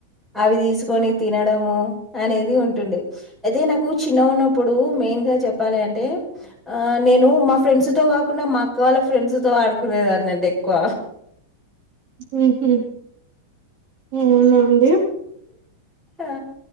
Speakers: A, in the centre; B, on the right.
A: అవి దిసుకొని తినడము అనేది ఉంటుండే. అదే నాకు చిన్న ఉన్నప్పుడు మెయిన్ గా చెప్పాలి అంటే ఆ నేను మా ఫ్రెండ్స్ తో కాకుండా మా అక్క వాళ్ళ ఫ్రెండ్స్ తో ఆడుకునేదాన్నంటా ఎక్కువ
B: ఉహుహ్ అవునా అండి.
A: ఆ